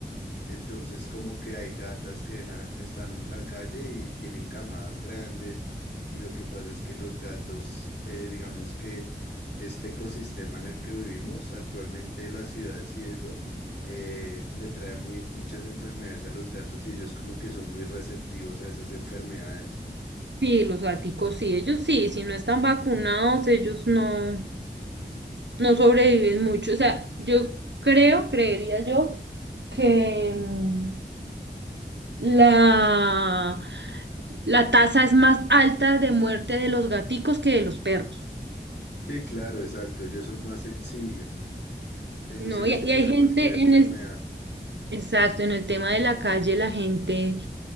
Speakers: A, on the left; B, on the right.
A: Entonces, como que hay gatas que deja- están en la calle y tienen camadas grandes, y lo que pasa es que los gatos, eh, digamos que este ecosistema en el que vivimos actualmente, las ciudades y eso, eh, le trae muy, muchas enfermedades a los gatos y ellos como que son muy receptivos a esas enfermedades.
B: Sí, los gaticos sí, ellos sí, si no están vacunados, ellos no, no sobreviven mucho, o sea, yo creo, creería yo, que... mm, La, la tasa es más alta de muerte de los gaticos que de los perros.
A: Sí, claro, exacto, ellos son más sensibles, ellos
B: No,
A: se les
B: y, y
A: pega
B: hay gente
A: cualquier enfermedad.
B: en el, exacto, en el tema de la calle, la gente